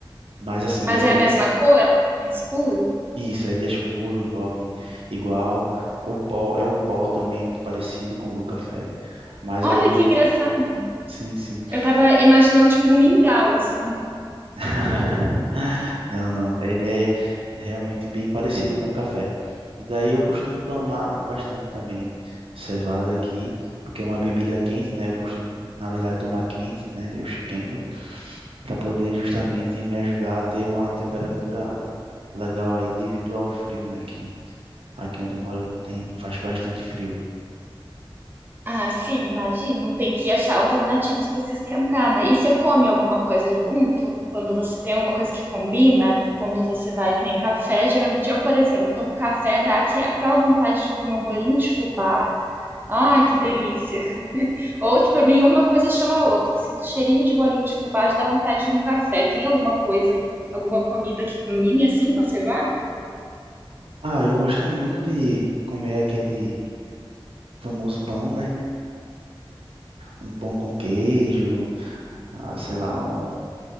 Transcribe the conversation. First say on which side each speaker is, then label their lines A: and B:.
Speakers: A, on the right; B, on the right.
A: Mas assim,
B: Mas
A: ele,
B: é a mesma cor? É escuro?
A: isso, ele é escuro, igual, igual. O pó, é o pó também, é muito parecido com o do café. Mas
B: Olha
A: aí,
B: que engraçado.
A: sim, sim.
B: Eu tava imaginando, tipo, um mingau, assim.
A: <laughs> Não, não. Ele é realmente bem parecido com o café. E daí eu costumo tomar bastante também cevada aqui, porque é uma bebida quente, né? Eu costumo, na verdade, tomar quente, né? Eu esquento, para poder justamente me ajudar a ter uma temperatura legal aí devido ao frio, né? Que aqui onde eu moro tem, faz bastante frio.
B: Ah, sim, imagino. Tem que achar alternativas para se esquentar, né? E você come alguma coisa junto? Quando você tem alguma coisa que combina, quando você vai, que nem café, geralmente eu, por exemplo, tomo café, dá aque- aquela vontade de comer um bolinho de fubá. Ai, que delícia. Ou, tipo, pra mim, uma coisa chama a outra. Eu Sinto cheirinho de bolinho de fubá, já dá vontade de um café. Tem alguma coisa, alguma comida que combine assim com a cevada?
A: Ah, eu gosto muito de comer aquele famoso pão, né? Um pão com queijo, ah, sei lá, um